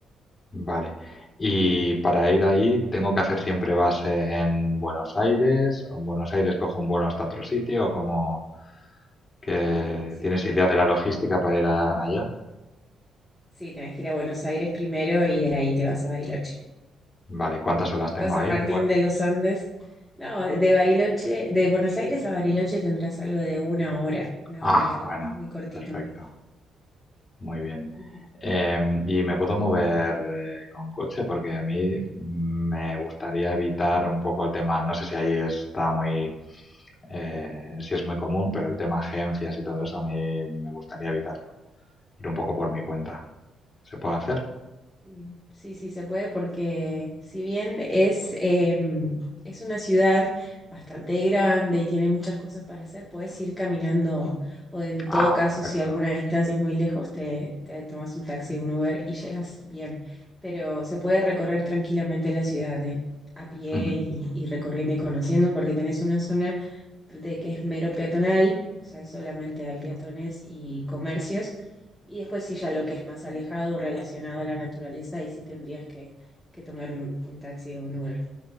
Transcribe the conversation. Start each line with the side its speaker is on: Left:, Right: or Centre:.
Left: Vale. Y para ir ahí, ¿tengo que hacer siempre base en Buenos Aires? ¿O en Buenos Aires cojo un vuelo hasta otro sitio? ¿O como que
Centre: Sí, sí,
Left: tienes
Centre: sí.
Left: idea de la logística para ir a- allá?
Centre: Sí, tenés que ir a Buenos Aires primero y de ahí te vas a Bariloche.
Left: Vale, ¿cuántas horas tengo
Centre: o a
Left: ahí
Centre: San
Left: de
Centre: Martín
Left: vuelo?
Centre: de los Andes. No, de de Bariloche, de Buenos Aires a Bariloche tendrás algo de una hora, una
Left: Ah,
Centre: hora y algo,
Left: bueno,
Centre: muy cortito
Left: perfecto,
Centre: en verdad.
Left: muy bien.
Centre: Ujú.
Left: Em, ¿y me puedo mover eh, con coche? Porque a mí me gustaría evitar un poco el tema, no sé si ahí está muy, eh, si es muy común, pero el tema agencias y todo eso a mí me gustaría evitarlo. ir un poco por mi cuenta. ¿Se puede hacer?
Centre: Sí, sí, sí, se puede porque si bien es, eh, es una ciudad bastante grande y tiene muchas cosas para hacer, puedes ir caminando o en
Left: Ah,
Centre: todo caso,
Left: perfecto.
Centre: si alguna distancia es muy lejos, te, te tomas un taxi, un Uber y llegas bien. Pero se puede recorrer tranquilamente la ciudad eh, a pie
Left: Ujú.
Centre: y, y recorriendo y conociendo porque tenés una zona de que es mero peatonal, o sea, solamente hay peatones y comercios y después sí ya lo que es más alejado, relacionado a la naturaleza, ahí sí tendrías que, que tomar un, un taxi o un Uber.